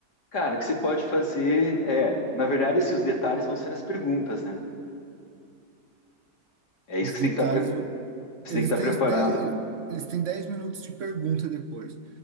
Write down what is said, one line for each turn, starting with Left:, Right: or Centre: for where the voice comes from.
Left: Cara, o que você pode fazer é... Na verdade, assim, os detalhes vão ser as perguntas, né? É isso
Right: Os
Left: que
Right: detalhes,
Left: você tem que estar, pre-
Right: vão-
Left: você
Right: eles
Left: tem que estar
Right: têm
Left: preparado.
Right: 10
Left: pro-
Right: eh, eles têm 10 minutos de pergunta depois.